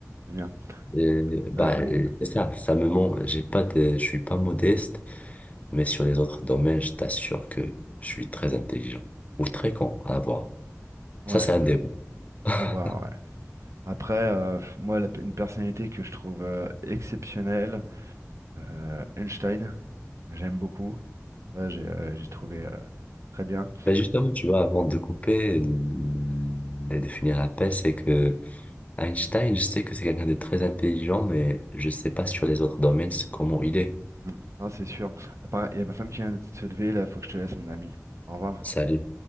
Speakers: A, on the right (about 65°); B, on the left (about 25°).
A: C'est bien.
B: Euh, bah,
A: Euh, mon-
B: euh, c'est ça, ça me ment. J'ai pas de, je suis pas modeste, mais sur les autres domaines, je t'assure que je suis très intelligent ou très con à avoir.
A: ouais,
B: Ça, c'est un
A: à
B: débat.
A: à voir.
B: <laughs>
A: ouais. Après, euh, moi, la une personnalité que je trouve euh, exceptionnelle, euh, Einstein, j'aime beaucoup. Ça, j'ai euh, j'ai trouvé euh, très bien.
B: Ben justement, tu vois, avant de couper mm, et de finir l'appel, c'est que Einstein, je sais que c'est quelqu'un de très intelligent, mais je sais pas sur les autres domaines c'est comment il est.
A: Mm. Non, c'est sûr. À part- Il y a ma femme qui vient de se lever, là, faut que je te laisse, mon ami. Au revoir.
B: Salut.